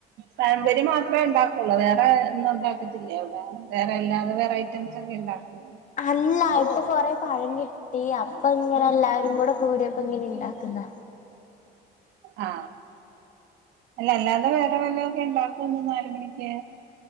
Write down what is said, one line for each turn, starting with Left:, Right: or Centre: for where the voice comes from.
Right: പയം മ്പോരി മാത്രമേ ഉണ്ടാക്കുള്ളൂ വേറെ ഒന്നും ഉണ്ടാക്കത്തില്ലേ അവിടെ. വേറെല്ലാതെ വേറെ ഐറ്റംസ് ഒക്കെ ഉണ്ടാക്കൂ.
Left: അല്ല ഇപ്പൊ കൊറെ പഴം കിട്ടി അപ്പൊ ഇങ്ങനല്ല. രും കൂടെ കൂടിയപ്പോ ഇങ്ങനെ ഉണ്ടാക്കുന്ന.
Right: ആ അല്ല അല്ലാതെ വേറെ വല്ല. ക്ക ഉണ്ടാക്കും ഒന്ന് നാല് മണിക്ക്.